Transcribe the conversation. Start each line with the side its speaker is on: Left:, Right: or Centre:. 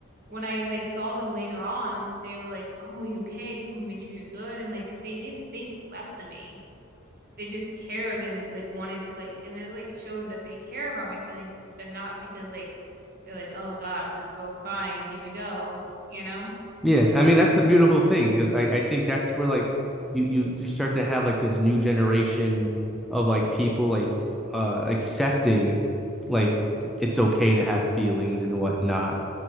Right: when I like saw them later on, they were like, "Oh, are you okay? I Just want to make sure you're good." And like they didn't think less of me they just cared and like wanted to like and it like showed that they care about my feelings, but not because like they're like, oh gosh, this girl's crying, here we go, you know?
Centre: Yeah, I mean that's a beautiful thing because I, I think that's where like you you you start to have like this new generation of like people like uh accepting like it's okay to have feelings and whatnot.